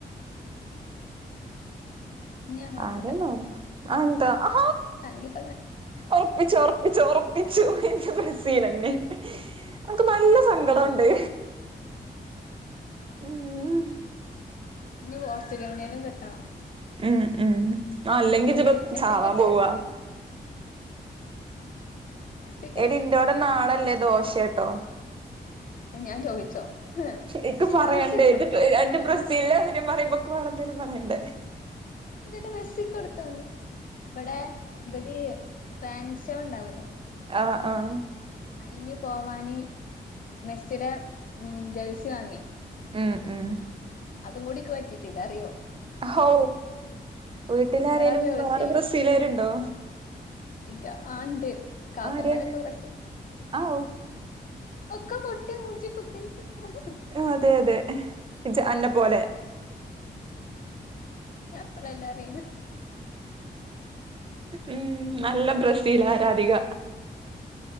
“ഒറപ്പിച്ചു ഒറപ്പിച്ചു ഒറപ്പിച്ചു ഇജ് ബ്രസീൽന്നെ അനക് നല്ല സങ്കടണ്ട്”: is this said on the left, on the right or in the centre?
Right